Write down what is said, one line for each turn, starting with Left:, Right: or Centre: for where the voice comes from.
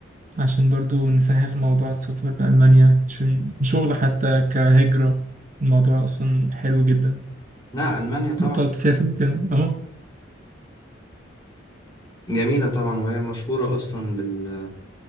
Right: عشان برضو نسهل موضوع السفر لالمانيا عشان شغل حتى كهجره الموضوع اصلا حلو جدا
Left: لا ألمانيا طبعا
Right: إن انت تقعد تسافر وكده اه
Left: جميلة طبعا وهي مشهورة اصلا بال...